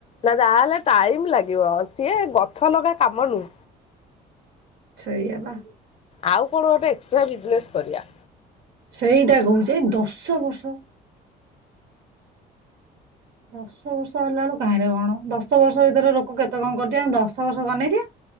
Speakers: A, on the left; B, on the right.
A: ନା ଯାହେଲେ ଟାଇମ ଲାଗିବ ସିଏ ଗ ଛଲଗା କାମ ନୁ
B: ସେଇଆବା।
A: ଆଉ କଣ ଗୋଟେ ଏକ୍ସଟ୍ରା ବିଜନେସ୍ କରିବା।
B: ସେଇଟା କହୁଛେ ଦଶ ବର୍ଷ। <inaudible> ଦଶ ବର୍ଷ ହେଲା ବେଳକୁ କାହିଁଲେ କଣ ଦଶ ବର୍ଷ ଭିତରେ ଲୋକ କେତେ କଣ କରିଥିବେ ଦଶ ବର୍ଷକୁ ଅନେଇଥିବା।